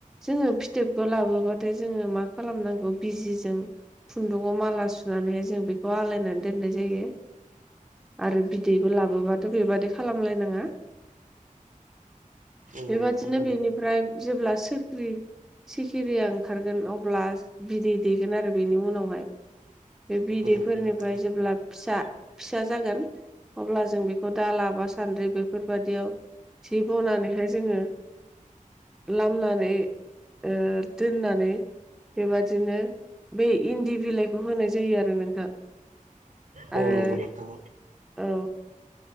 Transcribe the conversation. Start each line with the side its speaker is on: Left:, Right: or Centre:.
Centre: जोङो फिथोबखौ लाबोबाथाय जोङो मा खालामनांगौ बिजिजों खुन्दुंयाव माला नानैहाय जों बेखौ आलायनानै दोननाय जायो। आरो बिदैखौ लाबोबाथ' बेबादि खालामलायनाङा
Right: नोंगौ
Centre: बेबादिनो
Right: नोंगौ
Centre: बेनिफ्राय जेब्ला सोख्रि सिखिरिया ओंखारगोन अब्ला बिदै दैेगोन आरो बिनि उनावहाय बे
Right: नंगौ
Centre: बिदैफोरनिफ्राय
Right: नोंथां थारैनो
Centre: जेब्ला फिसा फिसा जागोन अब्ला जों बेखौ दा लाबा सान्द्रि बेफोरबादियाव सि बनानैहाय जोङो लामनानै ओ दोननानै बेबादिनो बै इन्दि बिलाइखौ होनाय जायो आरो नोंथां।
Right: औ
Centre: आरो
Right: नंगौ नोंथां
Centre: औ